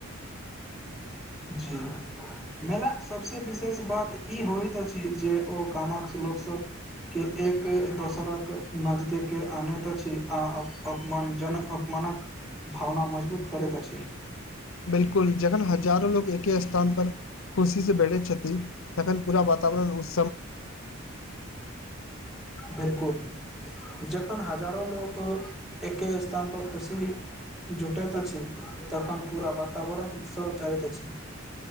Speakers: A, in the centre; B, on the left.
A: जी मेलाक सबसँ विशेष बात ई होइत अछि जे ओ गामक लोक सभके एक दोसरक नजदीक आनैत अछि आ अपमान जनक उपमानक भावना मजबूत करैत छै
B: बिल्कुल जखन हजारो लोग एके स्थान पर खुशी से बैठे छथिन तखन पूरा बात बताबै ओ स्
A: बिल्कुल जखन हाथ हजारो लोक एके स्थान पर खुशी जुटइत अछि तखन पूरा वातावरण उत्सव चाहैत अछि